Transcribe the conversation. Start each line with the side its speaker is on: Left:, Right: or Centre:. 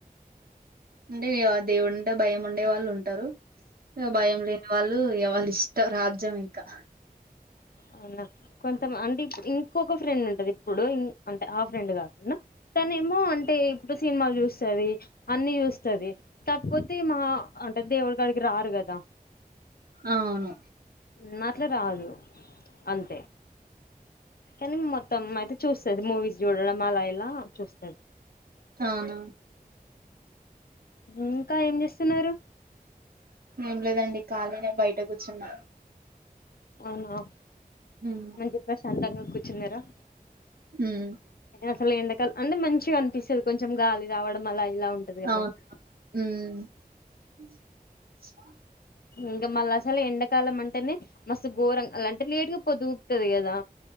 Right: అంటే ఆ దేవుడు అంటే భయం ఉండేవాళ్ళు ఉంటారు భయం లేని వాళ్ళు వాళ్ళ ఇష్టం రాజ్యం ఇంకా
Left: అవునా కొంత అంటే ఇంకొక ఫ్రెండ్ ఉంటది ఇప్పుడు అంటే ఆ ఫ్రెండ్ కాకుండా తనే ఏమో అంటే ఇప్పుడు సినిమాలు చూస్తది అన్ని చూస్తది కాకపోతే మా అంటే దేవుడు కాడికి రారు కదా
Right: అవును
Left: ఉమ్, అట్లా రాదు అంతే కానీ మొత్తం అయితే చూస్తది మూవీస్ చూడడం అలా ఇలా చూస్
Right: అవునా
Left: ఇంకా ఏం చేస్తున్నారు
Right: ఏం లేదండి ఖాళీనే బయట కూర్చున్నా
Left: అవునా
Right: హ్మ్
Left: మంచి ప్రశాంతంగా కూర్చున్నారా
Right: హ్మ్.
Left: అసలు ఎండకాలంఅంటే మంచిగా అనిపిస్తుంది కొంచెం గాలి రావడం అలా ఇలా
Right: అవునా
Left: ఉంటది కదా ఇంకా మళ్ళా అసలు ఎండాకాలం అంటేనే మస్తు ఘోరం అలాంటే లేటుగా పొదుగుకుతుంది కదా